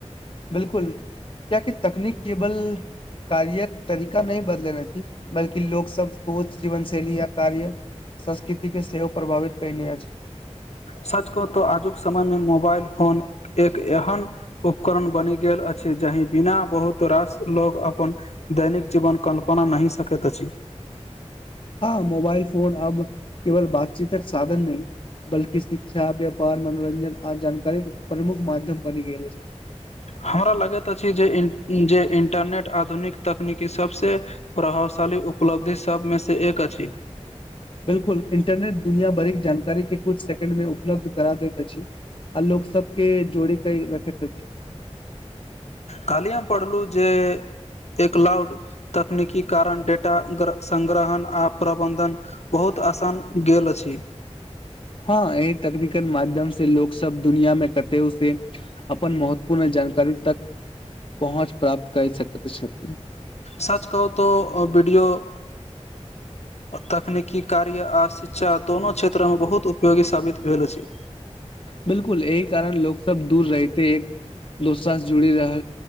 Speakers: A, on the left; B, on the left.
A: बिलकुल कियाकि तकनीक केबल कार्यक तरीका नहि बदलने अछि बल्कि लोक सब सोच जीवन शैली या कार्य संस्कृति के सेहो प्रभावित कयने अछि।
B: सच कहु तो आजुक समय मे मोबाइल फोन एक एहन उपकरण बनि गेल अछि जहि बिना बहुत रास लोग अपन दैनिक जीवन कल्पना नहि सकैत अछि।
A: हँ मोबाइल फोन अब केवल बातचीतक साधन नहि बल्कि शिक्षा व्यापार मनोरञजन आ जानकारी प्रमुख माध्यम बनि गेल अछि।
B: हमरा लगैत अछि जे जे इन्टरनेट आधुनिक तकनीकी सभसे प्रभावशाली उपलब्धि सब मे से एक अछि।
A: बिल्कुल इंटरनेट दुनीया भरीक जानकारी के कुछ सेकंड मे उपलब्ध करा दैत अछि। आ लोक सबके जोड़ीक रखैत अछि। <inaudible>
B: खाली हम पढ़लहु जे एक लाउड तकनीकी कारण डेटा सग्रहण आ प्रबन्धन बहुत आसान गेल अछि।
A: हँ एहि तकनिकल माध्यमसे लोक सब दुनियामें कते उ से अपन महत्वपूर्ण जानकारी तक पहुँच प्राप्त कर सकैत छथिन
B: सर्च कहू तो वीडियो तकनीकी कार्य आ शिक्षा दुनोू क्षेत्र मे बहुत उपयोगी साबित भेल अछि
A: बिलकुल एहि कारण लोको सब दूर रहेथे एक दोसरा से जुड़ी रह